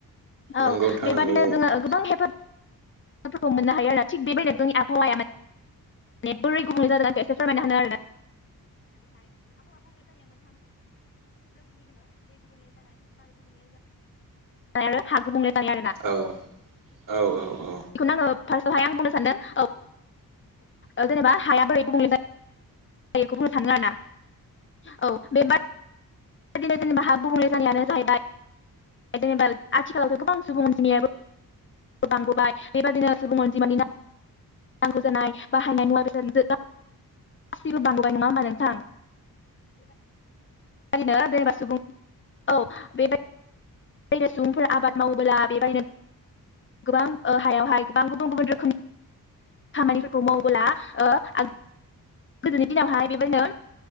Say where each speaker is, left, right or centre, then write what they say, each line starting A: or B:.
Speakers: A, on the left; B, on the right.
A: औ
B: नंगौ नोंथां
A: बेबादिनो
B: नंगौ औ
A: जोङो गोबां हेफाजाबफोरखौ मोननो हायो आरो थिग बेबायदिनो जोंनि आबहावाया माने बोरै गुबुं जादों आंफ्राय एसे फोरमायना होनो आरोना <unintelligible> <unintelligible> जानाय
B: औ औ औ औ।
A: बेखौनो आङो फार्स्टआवहाय आं बुंनो सानदों औ औ जेनेबा हाया बोरै गुबुंले <inaudible> <inaudible> जेनेबा आथिखालावथ' गोबां सुबुं अनजिमायाबो बांबोबाय बेबायादिनो सुबुं अजमानि ना नांगौ जानाय बाहायनाय मुवा <unintelligible> गासिबो बांबोबाय नङा होमबा नोंथां। <unintelligible> बेबायदिनो सुबुंफोरा आबाद मावबोला बेबायनो गोबां हायावहाय गोबां गुबुन गुबुन रोखोमनि खामानिफोरखौ मावबोला ओ गोदोनि दिनावहाय बेबायदिनो